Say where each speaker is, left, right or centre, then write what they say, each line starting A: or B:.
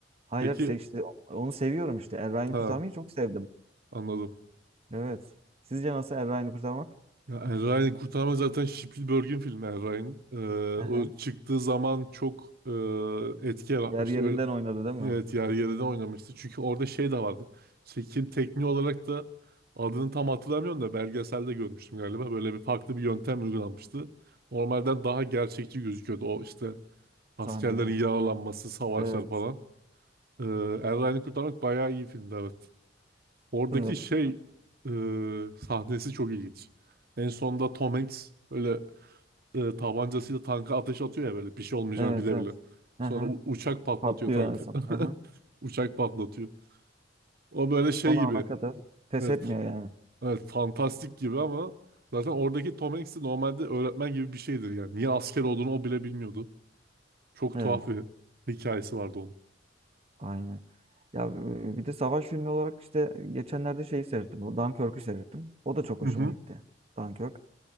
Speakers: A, on the right; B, on the right.
A: hayır
B: Peki.
A: se- işte onu seviyorum işte. Er Ryan'ı
B: Ha.
A: kurtarmayı çok sevdim.
B: Anladım.
A: Evet. Sizce nasıl Er Ryan'ı kurtarmak?
B: Ya Er Ryan'ı kurtarma zaten Spielberg'in filmi Er Ryan. Ee,
A: Hı hı.
B: o çıktığı zaman çok e, etki yaratmıştı.
A: Yer yerinden
B: Öyle,
A: oynadı değil mi?
B: evet yer yerinden oynamıştı. Çünkü orada şey de vardı. Çekim tekniği olarak da adını tam hatırlamıyorum da belgeselde görmüştüm galiba. Böyle bir farklı bir yöntem uygulanmıştı. Normalden daha gerçekçi gözüküyordu. O işte askerlerin
A: Sahneler.
B: yaralanması, savaşlar
A: Evet.
B: falan. Ee, Er Ryan'ı kurtarmak bayağı iyi filmdi evet. Oradaki
A: Evet.
B: şey e, sahnesi çok ilginç. En sonda Tom Hanks böyle e, tabancasıyla tanka ateş atıyor ya böyle bir şey olmayacağını
A: Evet.
B: bile
A: Evet.
B: bile. Sonra
A: Hı hı.
B: u- uçak patlatıyor
A: Patlıyor
B: tankı.
A: en son. Hı hı.
B: <laughs> Uçak patlatıyor. O
A: <laughs>
B: böyle
A: Son
B: şey gibi.
A: ana kadar pes
B: Evet,
A: etmiyor
B: f-
A: yani.
B: evet fantastik gibi ama zaten oradaki Tom Hanks de normalde öğretmen gibi bir şeydir yani. Niye asker olduğunu o bile bilmiyordu. Çok
A: Evet.
B: tuhaf bir hikayesi vardı onun.
A: Aynen. Ya e, bir de savaş filmi olarak işte geçenlerde şeyi seyrettim. O Dunkirk'ü seyrettim. O da çok hoşuma
B: Hı hı.
A: gitti. Dunkirk.